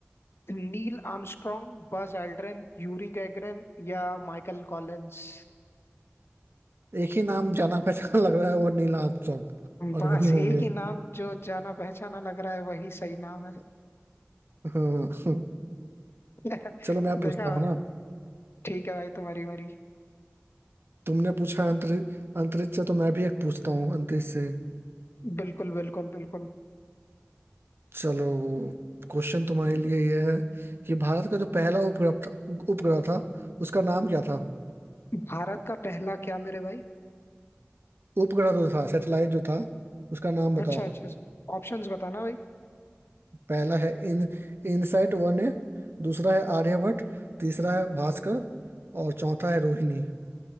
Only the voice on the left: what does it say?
Neil Armstrong Buzz Aldrin Yuri Gagarin या माइकल कॉलिंस
बस
एक
ही नाम जो जाना पहचाना लग रहा है वही सही नाम है
<laughs>
देखा
भाई?
ठीक है भाई तुम्हारी बारी
बिल्कुल बिल्कुल बिल्कुल
भारत का पहला क्या मेरे भाई
अच्छा अच्छा ऑप्शंस बताना भाई